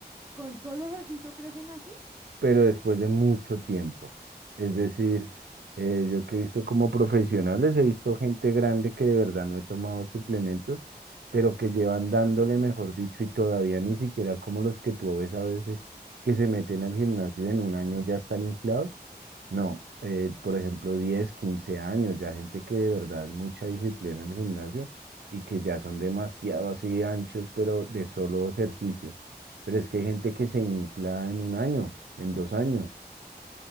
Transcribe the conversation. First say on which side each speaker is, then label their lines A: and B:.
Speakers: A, on the right; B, on the right.
A: ¿Con solo ejercicio crecen así?
B: pero después de mucho tiempo. Es decir, eh, yo que he visto como profesionales, he visto gente grande que de verdad no he tomado suplementos, pero que llevan dándole, mejor dicho, y todavía ni siquiera como los que tú ves a veces que se meten al gimnasio y en un año ya están inflados. No, eh, por ejemplo, 10 15 años, ya gente que de verdad mucha disciplina en el gimnasio y que ya son demasiado así anchos, pero de solo ejercicio. Pero es que hay gente que se infla en un año, en dos años.